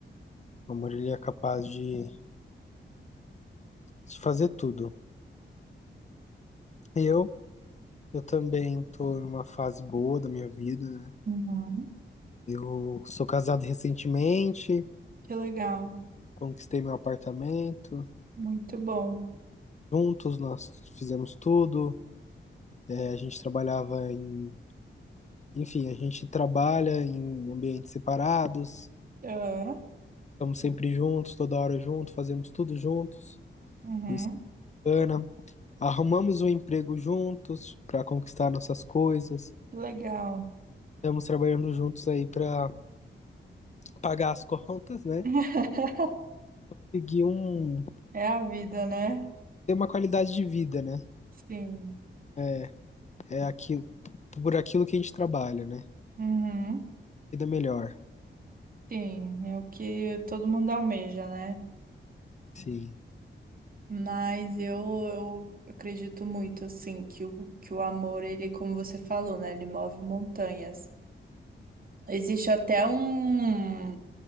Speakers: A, on the left; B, on the right.
A: O amor, ele é capaz de, de fazer tudo. Eu, eu também tô numa fase boa da minha vida, né?
B: Uhum.
A: Eu sou casado recentemente,
B: Que legal.
A: conquistei meu apartamento.
B: Muito bom.
A: Juntos nós fizemos tudo. É, a gente trabalhava em. Enfim, a gente trabalha em ambientes separados.
B: Ah,
A: Estamos sempre juntos, toda hora juntos, fazemos tudo juntos.
B: uhum.
A: Isso é bacana. Arrumamos um emprego juntos para conquistar nossas coisas.
B: Que legal.
A: Estamos trabalhando juntos aí para pagar as contas, né?
B: <laughs>
A: Seguir um.
B: É a vida, né?
A: ter uma qualidade de vida, né?
B: Sim.
A: É, é aquilo, por aquilo que a gente trabalha, né?
B: Uhum.
A: Vida melhor.
B: Sim, é o que todo mundo almeja, né?
A: Sim,
B: Mas eu, eu acredito muito, assim, que o, que o amor, ele, como você falou, né? Ele move montanhas. Existe até um,